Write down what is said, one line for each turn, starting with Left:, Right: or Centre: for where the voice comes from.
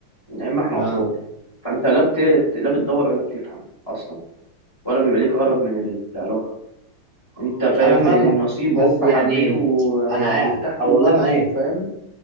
Left: من ايام ما احنا
Right: اه
Left: اطفال فانت لا بت... لا بتدور ولا بتفهم اصلا ولا بيبقى ليك غرض من العلاقه انت فاهم
Right: انا فاهمك
Left: النصيب
Right: بس
Left: هوب
Right: يعني
Left: حبيته
Right: انا
Left: يعني
Right: عا...
Left: ارتحتوا
Right: او
Left: لبعض
Right: والله معاك
Left: وفاهم